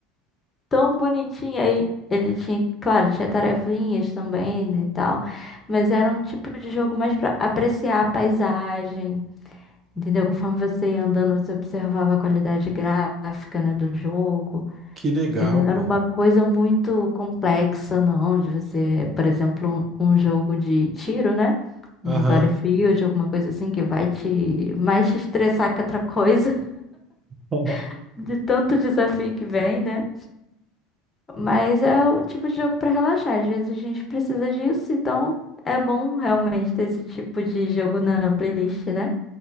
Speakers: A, on the left (about 25°); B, on the right (about 25°).
A: tão bonitinho. Aí ele tinha, claro, tinha tarefinhas também, né, e tal. Mas era um tipo de jogo mais pra apreciar a paisagem, entendeu? Conforme você ia andando, você observava a qualidade gráfica, né, do jogo.
B: Que legal,
A: Ele não
B: pô.
A: era uma coisa muito complexa, não, de você, por exemplo, um um jogo de tiro, né? Um
B: Aham.
A: Battlefield, alguma coisa assim que vai te mais te estressar que outra coisa,
B: <laughs>
A: <laughs> de tanto desafio que vem, né? Mas é o tipo de jogo pra relaxar. Às vezes a gente precisa disso, então é bom realmente ter esse tipo de jogo na playlist, né?